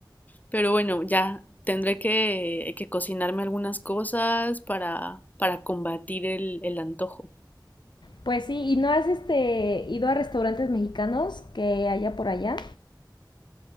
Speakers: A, on the left; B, on the left.
A: Pero bueno, ya tendré que, que cocinarme algunas cosas para, para combatir el, el antojo.
B: Pues sí, ¿y no has este ido a restaurantes mexicanos que haya por allá?